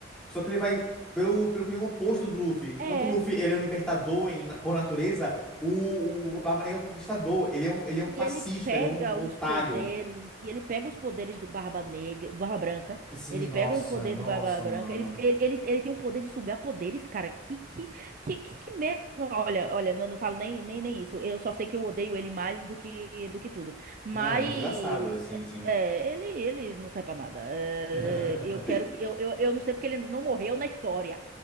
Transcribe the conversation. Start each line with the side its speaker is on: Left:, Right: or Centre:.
Centre: Só que ele vai pelo, pelo caminho oposto do Luffy. Enquanto
Right: É.
Centre: o Luffy ele é um libertador em- por natureza, o, o Barba Negra é um conquistador. Ele é um, ele é
Right: E
Centre: um fascista,
Right: ele pega
Centre: ele é um otário.
Right: os poderes, e ele pega os poderes do Barba Negra, do Barba Branca,
Centre: Assim,
Right: ele
Centre: nossa,
Right: pega os poderes
Centre: nossa,
Right: do Barba Branca,
Centre: mano.
Right: ele, ele, ele, ele tem um poder de sugar poderes, cara, que, que, que, que, que mer... Olha, olha, não, não falo nem, nem, nem isso, eu só sei que eu odeio ele mais do que, do que tudo, mas,
Centre: Não, desgraçado, assim, sim.
Right: é, ele, ele não serve pra nada, É,
Centre: <laughs>
Right: eu quero que, eu, eu, eu não sei porque ele ainda não morreu na história,